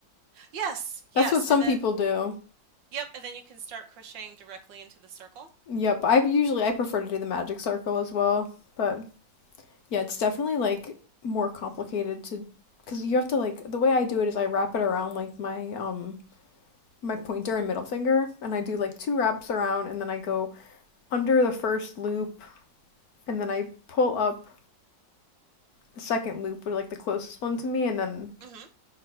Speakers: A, on the right; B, on the left.
A: Yes, yes.
B: That's what some
A: And then,
B: people do.
A: yep. And then you can start crocheting directly into the circle.
B: Yep, I usually I prefer to do the magic circle as well, but yeah, it's definitely like more complicated to because you have to like the way I do it is I wrap it around like my um my pointer and middle finger and I do like two wraps around and then I go under the first loop and then I pull up the second loop or like the closest one to me and then
A: hmm